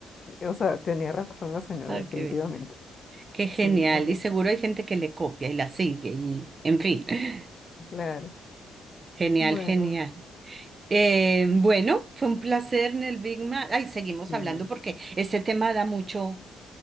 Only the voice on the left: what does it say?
O sea, tenía razón la señora,
definitivamente.
Sí, muy bien.
Claro.
Bueno,
sí.